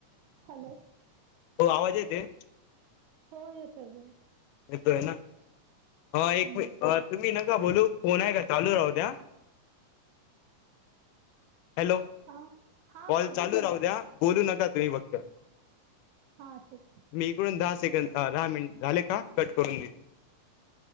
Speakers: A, on the right (about 75°); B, on the left (about 85°).
A: हॅलो
B: हो आवाज येते.
A: हो येतोय. होय
B: येतोय ना एक
A: हम्म
B: तुम्ही नका बोलू फोन आहे का चालू राहू द्या. हॅलो
A: हा हा
B: कॉल
A: बोला
B: चालू राहू द्या बोलू नका तुम्ही फक्त
A: हा ठीक
B: मी इकडून दहा सेकंद हा दहा मिनट झाले का? कट करून दे